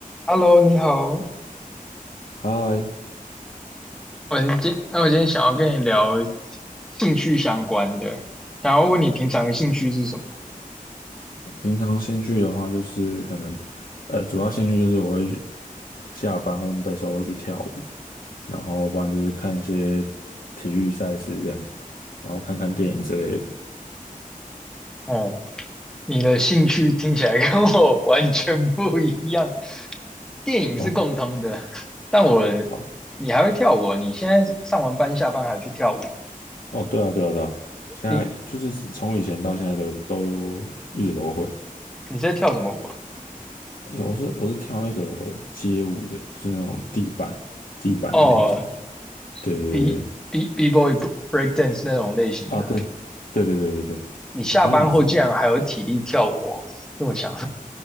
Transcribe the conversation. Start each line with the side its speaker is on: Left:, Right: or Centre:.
Centre: Hello，你好。
Left: 嗨，
Centre: 我今那我今天想要跟你聊兴趣相关的，想要问你平常的兴趣是什么？
Left: 平常兴趣的话，就是可能，呃，主要兴趣就是我会去呃下班或的时候会去跳舞，然后不然就是看一些体育赛事这样，然后看看电影之类的。
Centre: 哦，你的兴趣听起来跟我 <laughs> 完全不一样。电影是共通的，
Left: 哦，
Centre: 但我
Left: 好，
Centre: 你还会跳舞哦你现在上完班下班还去跳舞？
Left: 哦，对啊，对啊，对啊，现在就是从以前到现在都都一直都会。
Centre: 你你在跳什么舞啊？
Left: 我是我是跳那个街舞的，就是那种地板地板的那种。
Centre: 哦
Left: 对对对对
Centre: ，B B B boy break dance 那种类型的。
Left: 啊，对对对对对对，
Centre: 你下班后竟然还有体力跳舞哦，
Left: 哎，你知道。
Centre: 这么强，